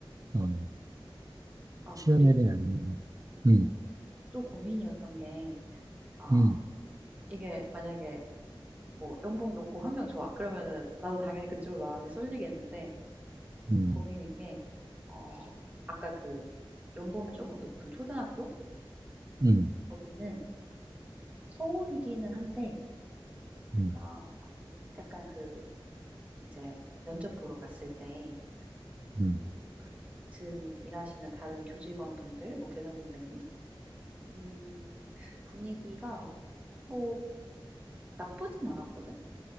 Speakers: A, on the right (about 40°); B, on the right (about 15°).
A: 어,
B: 아
A: 쉬운
B: 그리고
A: 일이 아니면. 음,
B: 또 고민이었던 게 아
A: 음,
B: 이게 만약에 뭐 연봉 높고 환경 좋아 그러면은 나도 당연히 그쪽으로 마음이 쏠리겠는데
A: 음,
B: 고민인 게 어 아까 그 연봉이 조금 높은 초등학교?
A: 음,
B: 거기는 서울이기는 한데
A: 음,
B: 어 약간 그 이제 면접 보러 갔을 때
A: 음,
B: 그 같은 일하시는 다른 교직원분들 뭐 교장 선생님 음 분위기가 뭐 나쁘진 않았거든?